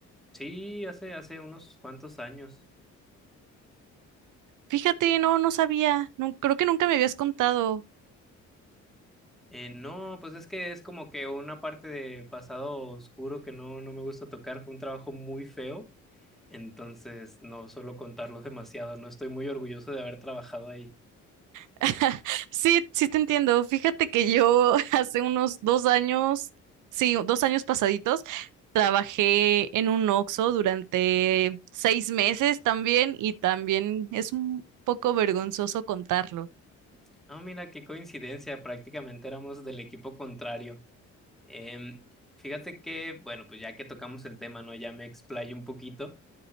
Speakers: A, in the centre; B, on the right.
A: Sí, hace, hace unos cuantos años.
B: Fíjate, no, no sabía. No, creo que nunca me habías contado.
A: Eh, no, pues es que es como que una parte de pasado oscuro que no, no me gusta tocar. Fue un trabajo muy feo, entonces no suelo contarlo <laughs> demasiado. No estoy muy orgulloso de haber trabajado ahí.
B: <laughs> Sí, sí te entiendo. Fíjate que yo <laughs> hace unos dos años, sí, dos años pasaditos, trabajé en un Oxxo durante seis meses también y también es un poco vergonzoso contarlo.
A: Ah, mira, qué coincidencia, prácticamente éramos del equipo contrario. Em, fíjate que, bueno, pues ya que tocamos el tema, ¿no? Ya me explayo un poquito.